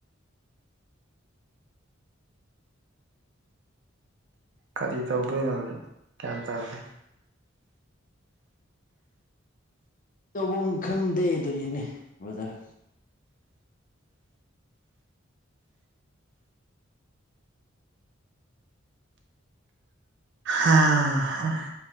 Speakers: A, on the right; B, on the left.
A: ꯀꯔꯤ ꯇꯧꯗꯣꯏꯅꯣ ꯍꯧꯖꯤꯛ ꯒ꯭ꯌꯥꯟ ꯇꯥꯗꯦ
B: ꯇꯧꯕꯝ ꯈꯪꯗꯦ ꯗꯨꯅꯤꯅꯦ ꯕ꯭ꯔꯗꯔ
A: <unintelligible>